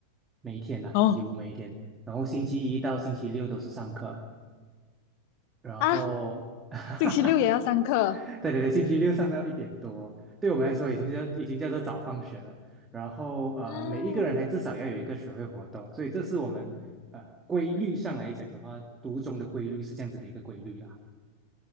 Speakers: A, on the right (about 20°); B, on the left (about 45°).
A: 每一天呐、
B: 哦
A: 几乎每一天。然后星期一到星期六都是上课，然后，
B: 啊，
A: <laughs>
B: 星期六也要上课
A: 对对对，星期六上到一点多，对我们来说已经叫已经叫做早放学了。然后呃，
B: 啊！
A: 每一个人还至少要有一个学会活动，所以这是我们呃规律上来讲的话，读中的规律是这样子的一个规律啦。